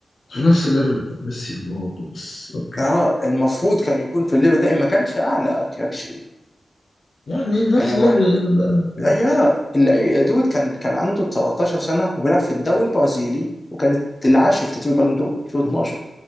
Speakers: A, on the left (about 70°); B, on the left (about 35°).
A: في نفس الليفل بتاع ميسي ورونالدو بس اوكي
B: اه المفروض كان يكون في الليفل ده إن ما كانش اعلى اكشلي
A: يعني في نفس
B: يعني الواحد
A: الليفل الليفل ده خرافي
B: آه يا
A: يعني
B: اللعيب يا دود كان كان عنده 17 سنه وبيلعب في الدوري البرازيلي وكانت العاشر في ترتيب البالون دور 2012